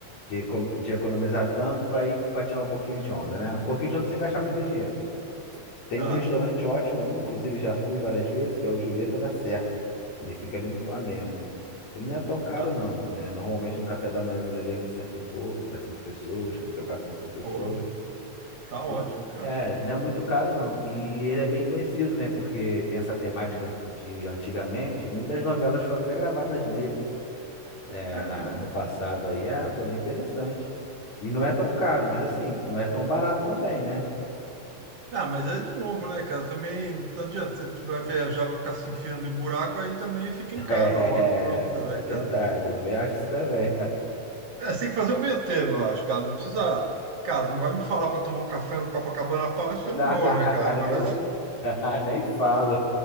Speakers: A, on the left (about 65°); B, on the right (about 55°).
A: de, eco- de economizar tanto para ir para tirar um pouquinho de onda, né? Um pouquinho de onda sem gastar muito
B: Uhum.
A: dinheiro. Tem
B: Tá,
A: um restaurante ótimo ali, inclusive já fui várias vezes, que é o Julieta da Serpa. Ele fica ali no Flamengo. Ele não é tão
B: tá,
A: caro, não, né? Normalmente um café da manhã nele ali é um cento e pouco para cinco pessoas, no teu caso são cinco pessoas.
B: pô, tá
A: Ele
B: ótimo, cara.
A: é, não é muito caro, não. E ele é bem conhecido, né? Porque tem essa temática de antigamente, e muitas novelas foram até gravadas nele, é,
B: É
A: na,
B: mesmo,
A: no passado
B: cara.
A: aí. Ah, pô, ele é interessante. E não é tão caro, mas assim, não é tão barato também, né?
B: Ah, mas é de novo, né, cara? Também, não adianta, você vai viajar, vai ficar se enfiando em buraco, aí também fica
A: <laughs>
B: em casa
A: É,
B: logo e pronto, né,
A: é verdade,
B: cara? Tipo,
A: eu também acho isso também.
B: é, você tem que fazer um meio termo, eu acho, cara. Não precisa, cara, não vai me falar para tomar um café no Copacabana Palace
A: <laughs>
B: que eu não vou, né, cara? Agora,
A: nem, vou- <laughs> nem falo.